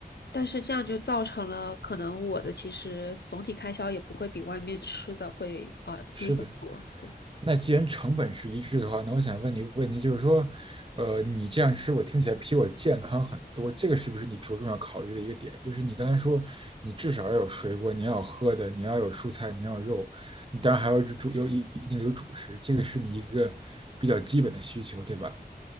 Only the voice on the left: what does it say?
但是这样就造成了可能我的其实总体开销也不会比外面吃的会呃低很多。
对。